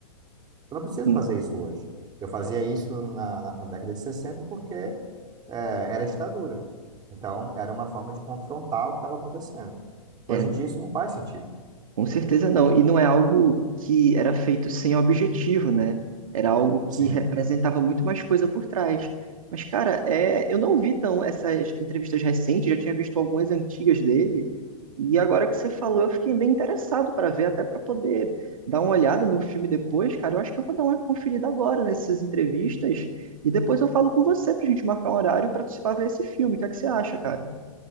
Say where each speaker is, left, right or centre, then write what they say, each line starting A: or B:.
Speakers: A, on the right; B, on the right.
A: Eu não preciso
B: Hum,
A: fazer isso hoje. Eu fazia isso na, na década de 60 porque é, era ditadura. Então, era uma forma de confrontar o que estava acontecendo. Hoje
B: é,
A: em dia, isso não faz sentido.
B: Com certeza não. E não é algo que era feito sem objetivo, né? Era algo
A: Sim,
B: que representava muito mais coisa por trás. Mas, cara, é, eu não vi tão essas entrevistas recentes, já tinha visto algumas antigas dele. E agora que você falou, eu fiquei bem interessado para ver, até para poder dar uma olhada no filme depois, cara. Eu acho que eu vou dar uma conferida agora nessas entrevistas. E depois eu falo com você pra gente marcar um horário para participar ver esse filme. O que é que você acha, cara?